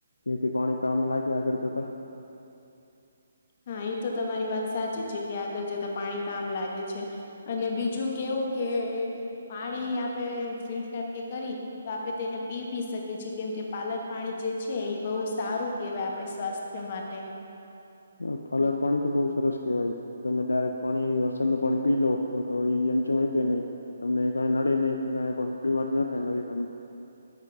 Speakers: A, on the left; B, on the left.
A: નીથી પાણી કામ લાગે આગળ જતા.
B: હા એ તો તમારી વાત સાચી છે કે આગળ જતા પાણી કામ લાગે છે. અને બીજું કેવું કે પાણી આપે ફિલ્ટર કે કરી તો આપણે તેને પી ભી શકીએ છીએ કેમ કે પાલક પાણી જે છે એ બહુ સારું કેવા આપણી સ્વાસ્થ્ય માટે.
A: હમ પાલક પાણી તો બઉ સરસ કેવાય. તમે ડાયરેક્ટ પાણી વરસાદ નુ પાણી પી લો તો તો એ એમ જો કે નહી તમને કઈ નડે નહી કે કઈ પણ બીમારી ન થાય નવી તમને.